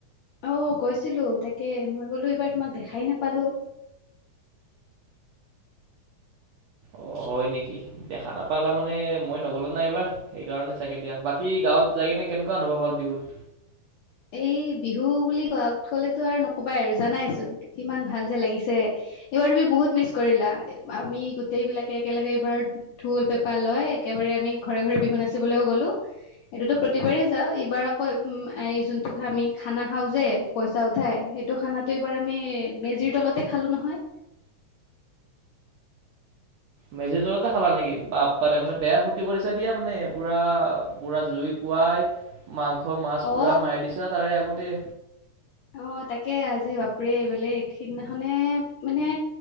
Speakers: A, on the left; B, on the right.
A: অ', গৈছিলো তাকে মই বোলো এইবাৰ তোমাক দেখাই নাপালো।
B: অ', হয় নেকি? দেখা নাপালা মানে মই নগলো নাই এইবাৰ। সেইকাৰণে চাগে দিয়া। বাকী গাঁৱত যায় কিনে কেনেকুৱা অনুভৱ হ'ল বিহুত?
A: এই বিহু বুলি কাত কলেতো আৰু নকবাই আৰু জানাইচোন কিমান ভাল যে লাগিছে। এইবাৰ তুমি বহুত মিচ কৰিলা, আমি গোটেই বিলাকে একেলগে এইবাৰ ঢোল, পেঁপা লয় একেবাৰে আমি ঘৰে-ঘৰে বিহু নাচিবলৈও গ'লো। এইটোতো প্ৰতিবাৰেই যাওঁ এইবাৰ আকৌ উম আয় যোন আমি খানা খাও যে, পইচা উঠাই সেইটো খানাটো এইবাৰ আমি মেজিৰ তলতে খালো নহয়।
B: মেজিৰ তলতে খালা নেকি বাপ পা ৰে মানে বেয়া ফূৰ্তি কৰিছা দিয়া মানে পুৰা- পুৰা জুই পুৱাই, মাংস মাছ
A: অ
B: পুৰা মাৰি দিছা তাৰে আগতে।
A: অ', তাকে আজি বাপৰে বেলেগ সিদিনাখনে মানে